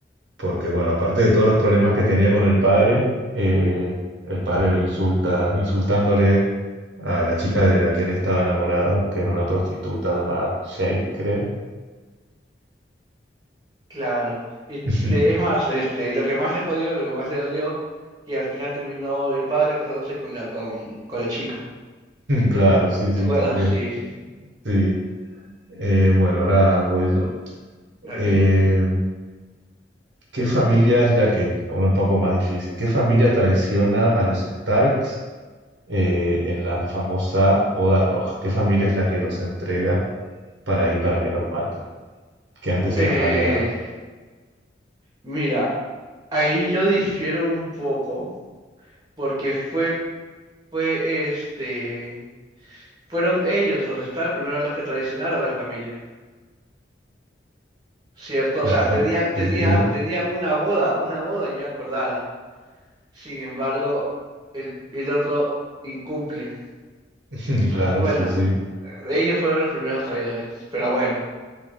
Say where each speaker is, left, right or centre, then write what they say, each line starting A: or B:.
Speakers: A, on the right; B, on the right.
A: Porque, bueno, aparte de todos los problemas que tenía con el padre, eh, el padre lo insulta, insultándole a la chica de la que él estaba enamorado, que era una prostituta llamada Shay, creo.
B: Claro. Y
A: <laughs>
B: de- es más, este, lo que más le jodió, lo que más le dolió, que al final terminó el padre acostándose con la, con, con la chica.
A: Claro, sí, sí,
B: ¿Te acuerdas?
A: también.
B: Sí, sí, sí.
A: Sí. Eh, bueno, ahora voy yo.
B: Dale.
A: Eh, ¿qué familia es la que, ahora un poco más difícil, qué familia traiciona a los Starks eh, en la famosa boda roja? ¿Qué familia es la que los entrega para ahí para que los maten? Que antes
B: Eh,
A: eran aliados.
B: mira, ahí yo difiero un poco, porque fue, fue este, fueron ellos los Star primero los que traicionaron a la familia, ¿cierto?
A: Claro,
B: O sea, tenían, tenían,
A: sí, sí,
B: tenían una boda, una boda ya acordada. Sin embargo, el, el otro incumple.
A: <laughs>
B: O
A: claro,
B: sea, bueno,
A: sí, sí.
B: ellos fueron los primeros traidores, pero bueno,